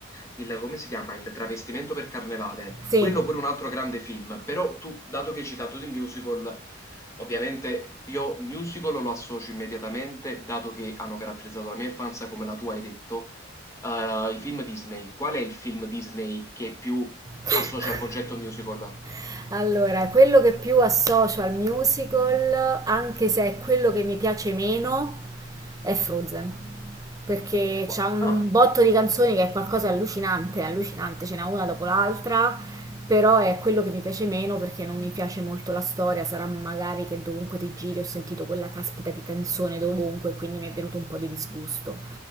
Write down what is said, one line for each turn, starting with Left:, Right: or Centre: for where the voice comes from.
Left: il- come si chiama, il travestimento per carnevale,
Right: Sì.
Left: quello pure un altro grande film, però tu, dato che hai citato di musical, ovviamente io musical lo associo immediatamente, dato che hanno caratterizzato la mia infanzia come la tua hai detto, eh, i film Disney, qual è il film Disney che più
Right: <laughs>
Left: associa al concetto musical.
Right: Allora, quello che più associo al musical, anche se è quello che mi piace meno, è Frozen. Perché
Left: Gua-
Right: c'ha un
Left: Ah,
Right: botto di canzoni che è qualcosa di allucinante, allucinante, ce n'è una dopo l'altra, però è quello che mi piace meno perché non mi piace molto la storia, sarà magari che dovunque ti giri ho sentito quella caspita di canzone dovunque, quindi mi è venuto un po' di disgusto.